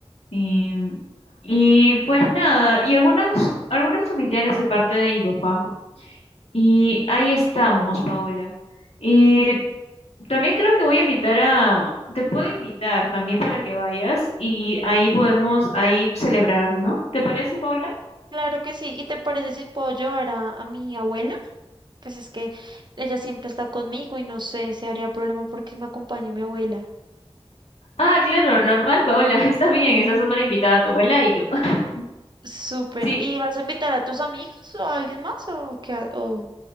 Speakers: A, on the left; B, on the right.
A: em, y pues nada, y algunos, algunos familiares de parte de mi papá. Y ahí estamos, Paola. Eh, también creo que voy a invitar a, te puedo invitar también para que vayas y ahí podemos ahí celebrar, ¿no? ¿Te parece, Paola?
B: Claro que sí. ¿Y te parece si puedo llevar a, a mi abuela? Pues es que ella siempre está conmigo y no sé si habría problema porque me acompañe mi abuela.
A: Ah, claro, normal, Paola. <laughs> Está bien, está súper invitada tu abuela y tú. <laughs>
B: Súper.
A: Sí.
B: ¿Y vas a invitar a tus amigos o a alguien más o qué, ha- o,